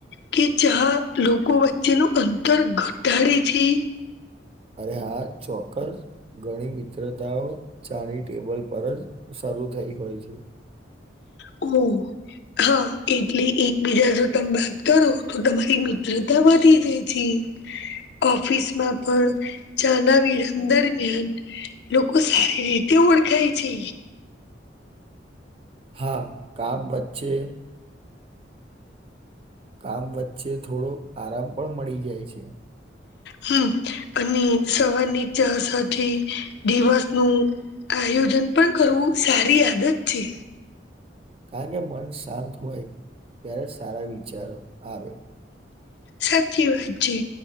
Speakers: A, on the left (about 60°); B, on the right (about 30°).
A: કે ચા લોકો વચ્ચેનું અંતર ઘટાડે છે.
B: અરે હા ચોક્કસ. ઘણી મિત્રતાઓ ચાની ટેબલ પર જ શરૂ થઈ હોય છે.
A: ઓ હા એટલે એકબીજા જો તમે વાત કરો તો તમારી મિત્રતા વધી જાય. ઓફિસમાં પણ ચા ના વિરામ દરમિયાન લોકો સારી રીતે ઓળખાય છે.
B: હા કામ વચ્ચે કામ વચ્ચે થોડો આરામ પણ મળી જાય છે.
A: હમ્મ અને સવારની ચા સાથે દિવસ નું આયોજન પણ કરવું સારી આદત છે.
B: કારણ કે મન શાંત હોય ત્યારે સારા વિચારો આવે.
A: સાચી વાત છે